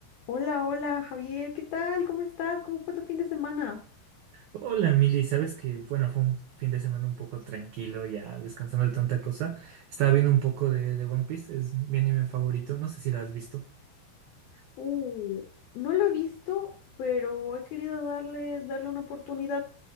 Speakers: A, on the left (about 75°); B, on the right (about 80°).
A: Hola, hola Javier, ¿qué tal? ¿Cómo estás? ¿Cómo fue tu fin de semana?
B: Hola, Mili, sabes que, bueno, fue un fin de semana un poco tranquilo, ya descansando de tanta cosa. Estaba viendo un poco de, de One Piece, es mi anime favorito, no sé si lo has visto.
A: Uh, no lo he visto, pero he querido darle, darle una oportunidad